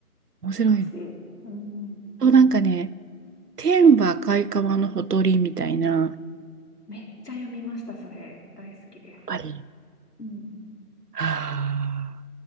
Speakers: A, on the left; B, on the right.
A: 懐かしい。
B: 面白いの。
A: うん。
B: そう、なんかね、天は赤い川のほとりみたいな、やっ
A: めっちゃ読みました、それ。大好きです。
B: ぱり。
A: うん。
B: はあ